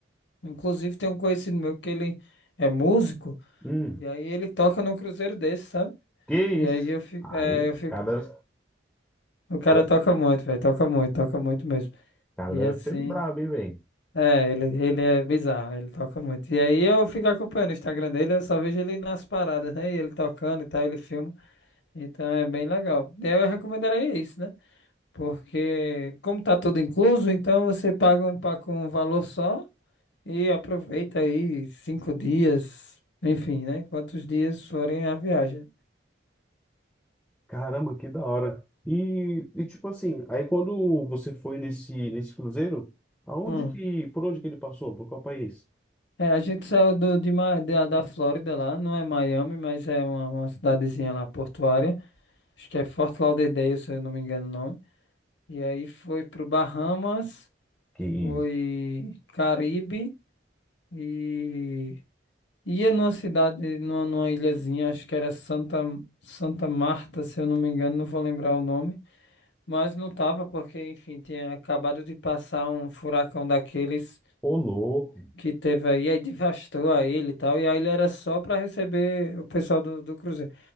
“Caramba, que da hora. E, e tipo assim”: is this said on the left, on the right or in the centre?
Centre